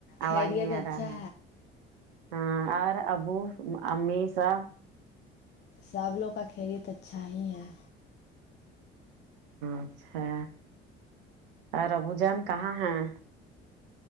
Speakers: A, on the right; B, on the left.
A: آواز
B: خیریت
A: نہیں
B: اچھا
A: آ رہا ہے ہاں اور ابو امی سب
B: سب لوگ کا خیریت اچھا ہی ہے
A: اچھا اور ابو جان کہاں ہیں